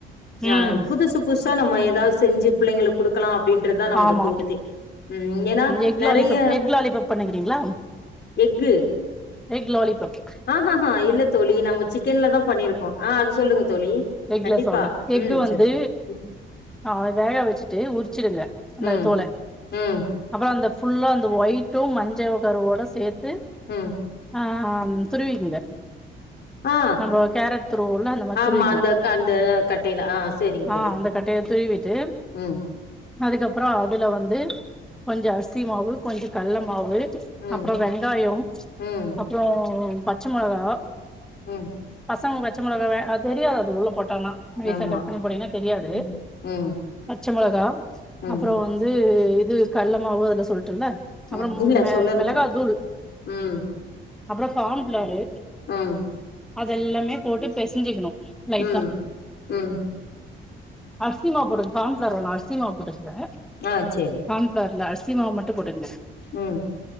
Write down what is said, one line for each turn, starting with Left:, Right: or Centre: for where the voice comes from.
Left: அ
Centre: ம்
Left: புதுசு புதுசா நம்ம ஏதாவது செஞ்சு பிள்ளைங்களுக்கு குடுக்கலா அப்டின்றதுதா நமக்கு
Centre: ஆமா
Left: தோணுதே ம் ஏன்னா
Centre: எக்
Left: நெறைய
Centre: லாலிபப் எக் லாலிபப் பண்ணுகிறீங்களா
Left: எக்கு
Centre: எக் லாலிபப்
Left: ஆஹ்ஹஹா இல்ல தோழி நம்ம சிக்கன்ல தா பண்ணியிருக்கோ ஆ அது சொல்லுங்க தோழி
Centre: எக்குல
Left: கண்டிப்பா
Centre: சொல்றே எக்கு
Left: ம்
Centre: வந்து
Left: சரி ம்
Centre: அ வேக வச்சுட்டு உரிச்சிடுங்க அந்த
Left: ம்
Centre: தோல
Left: ம்
Centre: அப்புற அந்த ஃபுல்லா அந்த ஒயிட்டும் மஞ்ச கருவோட சேத்து
Left: ம்
Centre: ஆ ஆம் துருவிக்ங்க
Left: ஆ
Centre: நம்போ கேரட் துருவுல்ல அந்த மாரி
Left: ஆமா
Centre: துருவிக்கலா
Left: அந்த அந்த கட்டையில ஆ சரிங்க தோழி
Centre: ஆ அந்த கட்டைய துருவிட் ட்டு
Left: ம்
Centre: அதுக்கப்புறோ அதுல வந்து கொஞ்ச அரிசி மாவு கொஞ்ச கல்ல மாவு
Left: ம்
Centre: அப்புறோ வெங்காயோ
Left: ம்
Centre: அப்புறோ பச்ச மொளகா
Left: ம்
Centre: பசங்க பச்ச மொளகவ அது தெரியாது அது உள்ள போட்டானா மேசா
Left: ஆமா
Centre: கட் பண்ணி போடீங்கன்னா தெரியாது
Left: ம் ம்
Centre: பச்ச மொளகா
Left: ம்
Centre: அப்புறோ வந்து இது கல்லமாவு அதுல சொல்லட்டுந்த அப்புறோ
Left: ம் இல்ல
Centre: மெ
Left: சொல்லல
Centre: மெளகா
Left: தோழி
Centre: தூள்
Left: ம்
Centre: அப்புறோ கண்ஃபிலாரு
Left: ம்
Centre: அதெல்லாமே போட்டு பெசஞ்சிக்கிணு லைட்டா
Left: ம் ம்
Centre: அர்சிமா போட்டு கான்ஃபிலார் வேணா அர்சிமாவு போட்டுக்கங்க
Left: ஆ சேரி
Centre: கான்ஃபிலார்ல அர்சிமாவு மட்டு போட்டுகங்க
Left: ம்